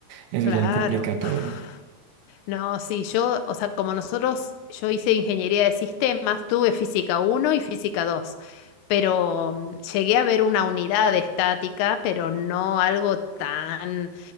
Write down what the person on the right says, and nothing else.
Eso
ya lo complica
todo. <laughs>